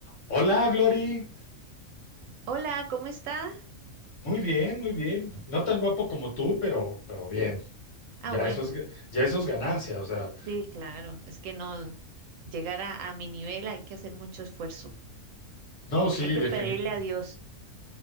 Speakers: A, on the left (about 65°); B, on the right (about 75°).
A: Hola, Glory.
B: Hola, ¿cómo está?
A: Muy bien, muy bien. No tan guapo como tú, pero, pero bien.
B: Ah,
A: Ya
B: bueno,
A: eso es, ya eso es ganancia. O sea,
B: sí, claro, es que no llegar a, a mi nivel hay que hacer mucho esfuerzo,
A: no, sí,
B: hay que
A: definitivamente.
B: pedirle a Dios,